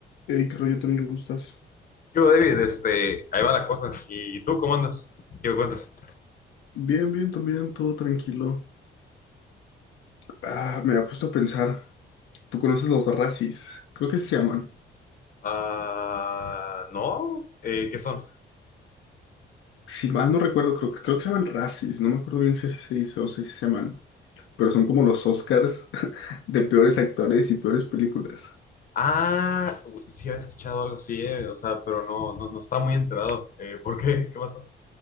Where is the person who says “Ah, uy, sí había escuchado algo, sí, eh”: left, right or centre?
Left